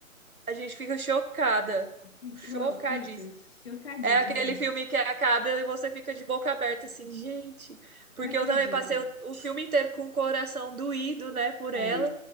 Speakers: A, on the right; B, on the left.
A: A gente fica chocada.
B: <laughs> Ficou,
A: Chocadíssima.
B: fica chocadíssimo,
A: É aquele filme que acaba e você fica de boca aberta, assim, gente. Porque
B: não acredito.
A: eu também passei o, o filme inteiro com o coração doído, né, por
B: É.
A: ela.